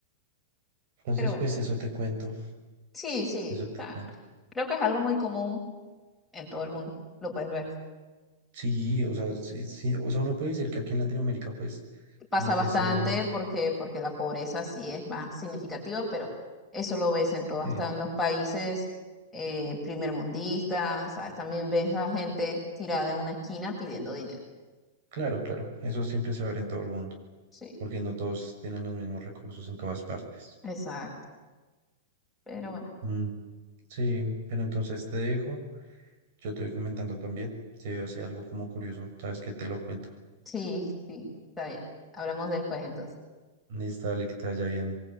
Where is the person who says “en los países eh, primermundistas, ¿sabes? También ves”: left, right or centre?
Centre